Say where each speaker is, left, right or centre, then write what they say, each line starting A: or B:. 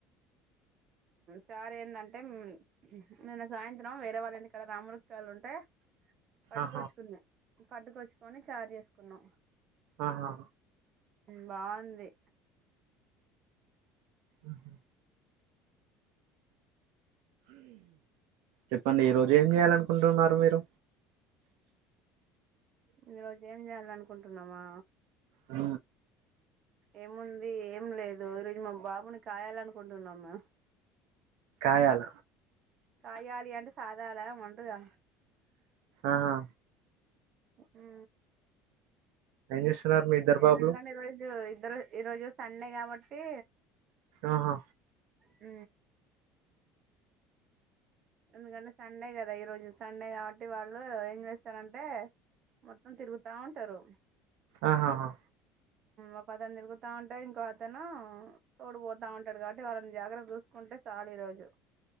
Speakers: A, on the right (about 40°); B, on the right (about 80°).
A: చార్ ఏంటంటే నిన్న సాయంత్రం వేరే వాళ్ళు ఏంటి ఇక్కడ రాములకియళ్ళు ఉంటే పట్టుకొచ్చుకున్నా
B: ఆహా
A: పట్టుకొచ్చుకొని చార్ చేసుకున్నాం
B: ఆహా
A: బాగుంది
B: ఆహా చెప్పండి ఈరోజు ఏం చేయాలనుకుంటున్నారు మీరు
A: ఈ రోజు ఏం చేయాలనుకో కుంటన్నావా
B: ఆ
A: ఏముంది ఏం లేదు ఈరోజు మా బాబుని కాయాలనుకుంటున్నాముే
B: అల
A: కాయాలింటే సాధ అాల ఉడుగా
B: ఆహా
A: ఆ
B: ఏం చేస్తున్నారు మీ ఇద్దరు బాబులు
A: ఏదంత గనీ ఇ ఇ ఇద్దరు ఈ రోజు సండే కాబట్టి
B: ఆహా
A: అ ఎందుకంటే సండే కదా ఈ రోజు సండే కాబట్టి వాళ్ళు ఏం చేస్తారంటే మొత్తం తిరుగుతా ఉంటారు
B: ఆహాహా
A: ఒక అతను తిరుగుతా ఉంటాయి ఇంకో అతను తోడుపోతా ఉంటాడు కాబట్టి వాళ్ళని జాగ్రత్త చూసుకుంటే చాలు ఈ రోజు